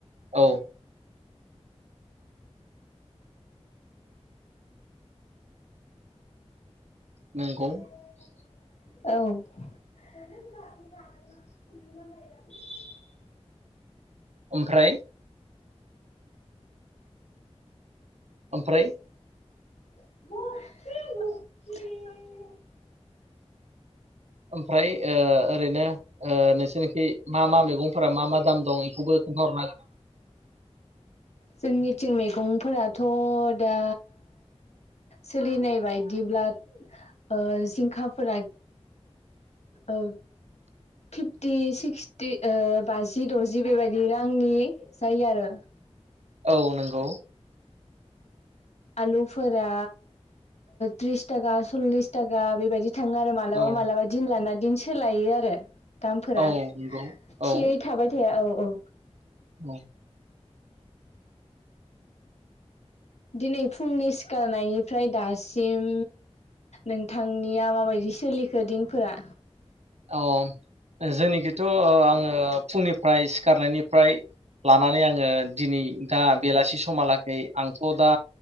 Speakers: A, on the right; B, on the left.
A: औ नोंगौ
B: औ
A: ओमफ्राय ओमफ्राय
B: <unintelligible>
A: ओमफ्राय ओ ओरैनो ओ नोंसोरनिखि मा मा मैगं फोरा मा मा दाम दं बेखौबो खोन्थाहरनो हागोन?
B: जोंनिथिं मैगंफोराथ' दा सोलिनाय बायदिब्ला ओ जिंखाफोरा ओ फिफटि सिक्सटि ओ बाजि दजि बेबायदि रांनि जायो आरो
A: औ नंगौ
B: आलुफोरा थ्रिस थाखा सललिस थाखा बेबायदि थाङो आरो मालाबा
A: औ
B: मालाबा दिन लानानै बिदिनो सोलायो आरो दामफोरा
A: औ
B: थियै
A: नंगौ औ
B: थाबाय थाया औ औ
A: औ
B: दिनै फुंनि सिखारनायनिफ्राय दासिम नोंथांनिया माबायदि सोलिखो दिनफोरा
A: अ जोंनिखोथ आङो फुंनिफ्राय सिखारनायनिफ्राय लानानै आङो दिनै दा बेलासि समहालागै आंथ दा